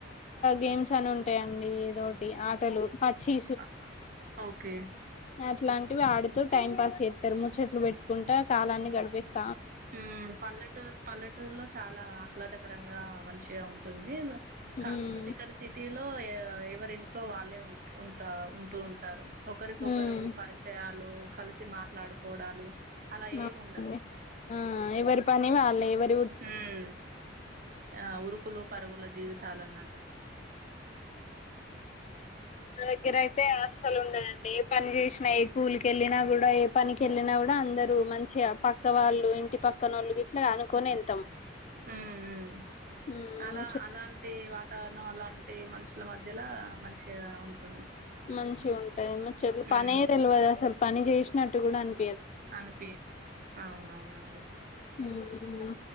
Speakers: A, on the left (about 35°); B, on the right (about 50°).
A: గేమ్స్ అని ఉంటాయండి టి ఆటలు పచ్చి
B: అ ఓకే
A: అట్లాంటివి ఆడుతూ టైం పాస్ చేస్తారు ముచ్చట్లు పెట్టుకుంటా కాలాన్ని గడిపేస్తారు
B: ఉమ్ పల్లెటూరు పల్లెటూరులో చాలా ఆహ్లాద కరంగా మనించిగా ఉంటుంది
A: ఉమ్
B: కాకపోతే ఇక్కడ సిటీ ఇట్లో ఎవరి ఇంట్లో వాళ్ళే ఉ ఉంటా ఉంటూ ఉంటారు ఒకరికొకరు
A: ఉమ్
B: పరిచయ హలో కలిసి మాట్లాడుకోవడాలు అలా ఏమి
A: అవునండి
B: ఉండదు
A: ఆ ఇవరి పని వాాల ఇవరి
B: మ్ ఆ ఉరుకు లో పరుగుల జీవితాలు అన్నట్టు
A: వాళ్ళ దగ్గర అయితే అస్సలు ఉండదండి ఏ పని చేసినా ఏ కూలి కెళ్ళినా కూడా ఏ పని కెళ్ళినా కూడా అందరూ మంచిగా పక్క వాళ్ళు ఇంటి పక్కనోళ్ళు ఇట్లా అనుకొని వెళ్తాం
B: మ్ మ్
A: హ్మ్
B: అలా
A: ముచ్చట్లు
B: అలాంటి వాతావరణం అలాంటి టే మనుషుల మధ్యల మంచిగా ఉంటుంది
A: మంచి ఉం టయి ముచ్చట్లు
B: ఉమ్
A: పనేదెల్వదు అసలు పని జేసినట్టు కూడా అన్
B: అనిపి అవునవునండి
A: హ్మ్